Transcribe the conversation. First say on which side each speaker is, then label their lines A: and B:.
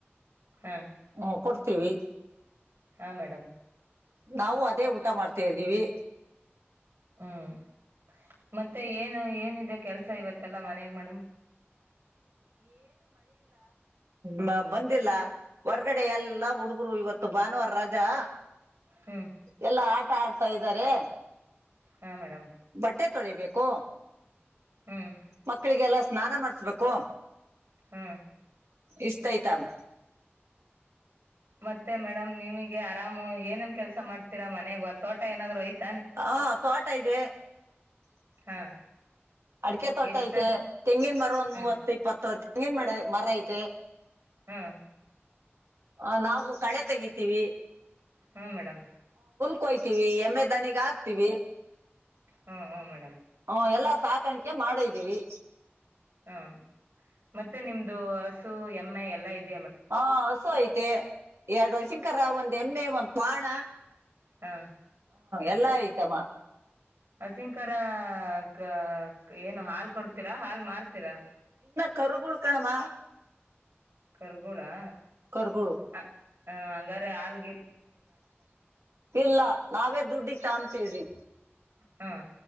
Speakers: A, on the right; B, on the right.
A: ಹಾ
B: ಹ್ಮ್ ಕೊಡ್ತೀವಿ
A: ಹಾ ಮೇಡಮ್
B: ನಾವು ಅದೇ ಊಟ ಮಾಡ್ತಿದ್ದೀವಿ.
A: ಹ್ಮ್ ಮತ್ತೆ ಏನು ಏನಿದೆ ಕೆಲ್ಸ ಇವತ್ತಲ್ಲಾ ಮನಯಾಗ ಮೇಡಮ್.
B: ಮ ಬಂದಿಲ್ಲ ಹೊರ್ಗಡೆ ಎಲ್ಲಾ ಹುಡುಗರು ಇವತ್ತು ಭಾನುವಾರ ರಜಾ.
A: ಹ್ಮ್
B: ಎಲ್ಲ ಆ ಆಟ ಆಡ್ತಾ ಇದ್ದಾರೆ
A: ಹಾ ಮೇಡಮ್.
B: ಬಟ್ಟೆ ತೊಳಿಬೇಕು
A: ಹ್ಮ್
B: ಮಕ್ಕಳಿಗೆಲ್ಲ. ಸ್ನಾನ ಮಾಡಿಸಬೇಕು.
A: ಹಾ
B: ಇಷ್ಟ ಆಯ್ತಮ್ಮ
A: ಮತ್ತೆ ಮೇಡಮ್ ನಿಮಗೆ ಆರಾಮ್ ಏನೇನ್ ಕೆಲ್ಸ ಮಾಡ್ತೀರಾ ಮನೆಗ್ ತೋಟ ಏನಾದ್ರು ಐತ
B: ಹಾ ತ್ವಾಟ ಇದೆ
A: ಹಾ
B: ಅಡಿಕೆ ತೋಟ
A: ಎಷ್ಟ
B: ಐತೆ ತೆಂಗಿನ ಮರ ಒಂದ್
A: ಹಾ
B: ಮೂವತ್ತು ಇಪ್ಪತ್ತು ತೆಂಗಿನ ಮ ಮರ ಐತೆ
A: ಹಾ
B: ಹ ನಾವು ಕಳೆ ತೆಗಿತೀವಿ
A: ಹ್ಮ ಮೇಡಮ್
B: ಕ್ವೈತೀವಿ ಎಮ್ಮೆ ನನಗ್ ಹಾಕ್ತೀವಿ
A: ಹ್ಮ್ ಹ್ಮ್ ಮೇಡಮ್
B: ಹ ಎಲ್ಲ ಸಾಕಾಣಿಕೆ ಮಾಡಿದ್ದೀವಿ
A: ಹಾ ಮತ್ತೆ ನಿಮ್ದು ಹಸು ಎಮ್ಮೆ ಎಲ್ಲ ಇದ
B: ಹಾ ಹಸು ಆಯ್ತ ತೆ ಎರಡು ವಯಸ್ಸಿನಕರ ಒಂದ್ ಎಮ್ಮೆ ಒಂದ್ ಕ್ವಾಣ
A: ಹಾ
B: ಎಲ್ಲಾ ಆಐ್ತಮ
A: ಹಸಿಂಕರ ಕ ಏನ ಹಾಲ್ ಕೊಡ್ ತ್ತೀರಾ ಹಾಲ್ ಮಾರ್ ತೀರಾ
B: ಕರುಗುಳ್ಕಣಮ್ಮ
A: ಕರ್ಗೋಳಾ
B: ಕರುಗಳು
A: ಹ ಅಂಗ ಹಾಲ
B: ಇಲ್ಲ ನಾವೇ ದುಡ್ಡಿಗ ತಾಂಬ ತಿವಿ
A: ಹಾ